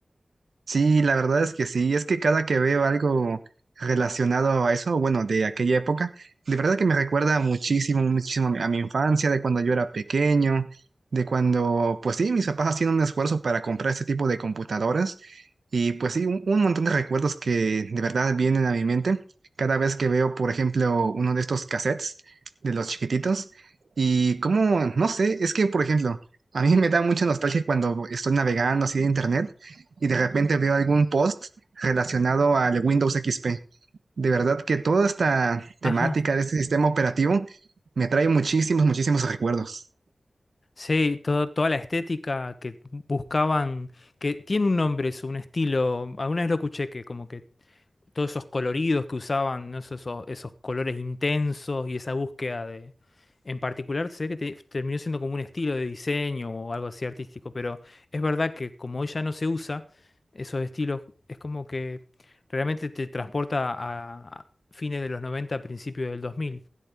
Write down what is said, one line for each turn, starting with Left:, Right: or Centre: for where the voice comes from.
Right: Sí, la verdad es que sí, es que cada que veo algo relacionado a eso, bueno, de aquella época, de verdad que me recuerda muchísimo, muchísimo a mi a mi infancia, de cuando yo era pequeño, de cuando, pues sí, mis papás hacían un esfuerzo para comprar este tipo de computadoras y pues sí, un, un montón de recuerdos que de verdad vienen a mi mente cada vez que veo, por ejemplo, uno de estos cassettes de los chiquititos y como, no sé, es que, por ejemplo, a mí me da mucha nostalgia cuando estoy navegando así de internet y de repente veo algún post relacionado al Windows XP. De verdad que toda esta temática
Left: Ajá.
Right: de este sistema operativo me trae muchísimos, muchísimos recuerdos.
Left: Sí, todo- toda la estética que buscaban, que tiene un nombre, es un estilo. Alguna vez lo escuché que como que todos esos coloridos que usaban, ¿no? Esos, esos, esos colores intensos y esa búsqueda de... En particular, sé que te- terminó siendo como un estilo de diseño o algo así artístico, pero es verdad que como hoy ya no se usa esos estilos, es como que realmente te transporta a fines de los 90 principios del dos mil